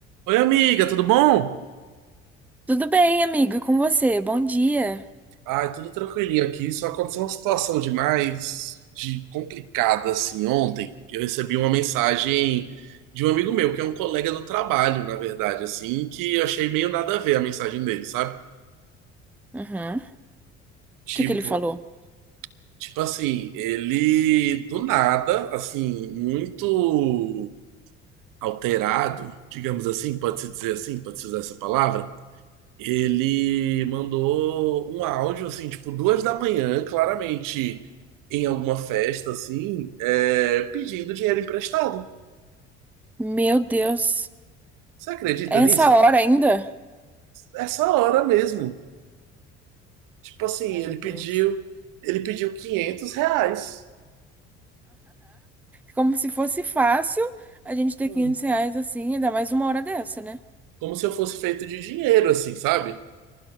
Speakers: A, on the right; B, in the centre.
A: Oi, amiga, tudo bom?
B: Tudo bem, amigo, e com você? Bom dia.
A: Ai, tudo tranquilinho aqui. Só aconteceu uma situação demais de complicada assim ontem. Eu recebi uma mensagem de um amigo meu, que é um colega do trabalho, na verdade, assim, que eu achei meio nada a ver a mensagem dele, sabe?
B: Uhum. O
A: Tipo,
B: que que ele falou?
A: tipo assim, ele do nada, assim, muito alterado, digamos assim, pode-se dizer assim, pode-se usar essa palavra Ele mandou um áudio, assim, tipo, duas da manhã, claramente em alguma festa, assim, é, pedindo dinheiro emprestado.
B: Meu Deus,
A: Você acredita
B: essa
A: nisso?
B: hora ainda?
A: Essa hora mesmo. Tipo assim,
B: Ai, meu
A: ele pediu,
B: Deus. <laughs>
A: ele pediu 500 reais.
B: como se fosse fácil a gente ter
A: Hum.
B: 500 reais assim, ainda mais uma hora dessa, né?
A: Como se eu fosse feito de dinheiro, assim, sabe?